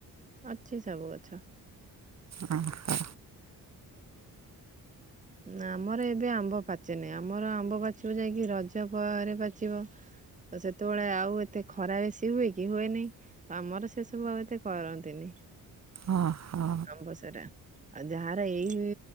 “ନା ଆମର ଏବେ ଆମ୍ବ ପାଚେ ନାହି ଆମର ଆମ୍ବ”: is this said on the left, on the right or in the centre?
Right